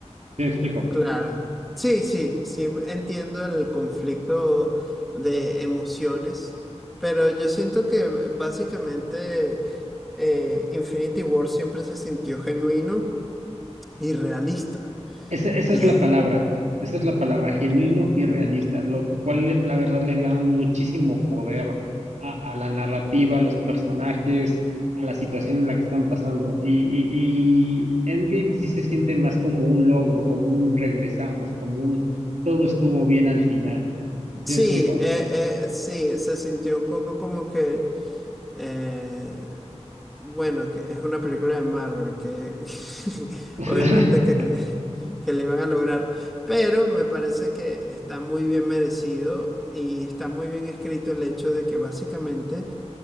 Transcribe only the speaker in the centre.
claro. Sí, sí, sí, entiendo el conflicto de emociones, pero yo siento que b- básicamente eh, Infinity War siempre se sintió genuino y realista.
Y
es-
sí,
eh, eh, sí, se sintió un poco como que Eh, bueno, que es una película de Marvel que <laughs>
obviamente que, que le van a lograr, pero me parece que está muy bien merecido y está muy bien escrito el hecho de que básicamente